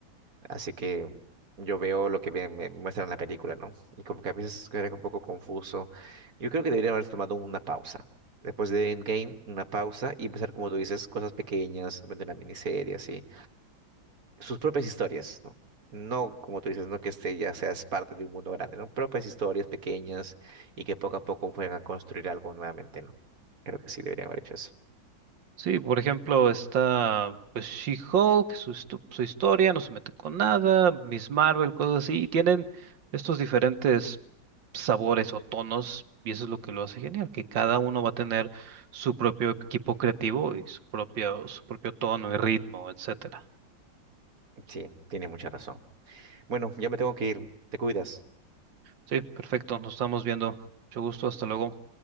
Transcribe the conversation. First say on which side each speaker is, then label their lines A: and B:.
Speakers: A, on the right (about 50°); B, on the right (about 70°).
A: Así que yo veo lo que me, me muestran en la película, ¿no? Y como que a veces era un poco confuso. Yo creo que debería haber tomado una pausa. Después de Endgame, una pausa y empezar, como tú dices, cosas pequeñas, bueno, de una miniserie, así. Sus propias historias, ¿no? No, como tú dices, no que este ya seas parte de un mundo grande, ¿no? Propias historias pequeñas y que poco a poco fueran a construir algo nuevamente, ¿no? Creo que sí deberían haber hecho eso.
B: Sí, por ejemplo, está pues She-Hulk, su, histo- su historia, no se mete con nada, Miss Marvel, cosas así, y tienen estos diferentes sabores o tonos, y eso es lo que lo hace genial, que cada uno va a tener su propio equipo creativo y su propio, su propio tono y ritmo, etcétera.
A: Sí, tiene mucha razón. Bueno, ya me tengo que ir. Te cuidas.
B: Sí, perfecto, nos estamos viendo. Mucho gusto, hasta luego.